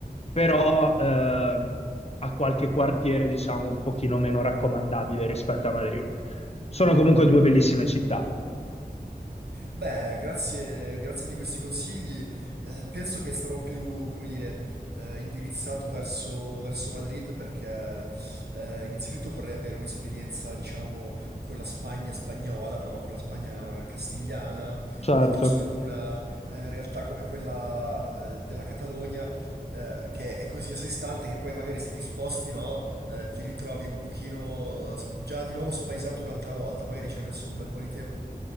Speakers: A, on the left (about 40°); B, on the right (about 90°).
A: però ehm, ha qualche quartiere, diciamo, un pochino meno raccomandabile rispetto a Madrid. Sono comunque due bellissime città.
B: Beh, grazie, grazie di questi consigli. Eh, penso che sarò più, come dire, eh, indirizzato verso, verso Madrid perché eh, innanzitutto vorrei avere un'esperienza, diciamo, con la Spagna spagnola, no? Con la Spagna castigliana,
A: Certo.
B: piuttosto che con una eh, realtà come quella eh, della Catalogna. eh, che è così a sé stante che poi magari se ti sposti, no, eh, ti ritrovi un pochino eh, già di nuovo spaesato un'altra volta. Magari ci hai messo un bel po' di tempo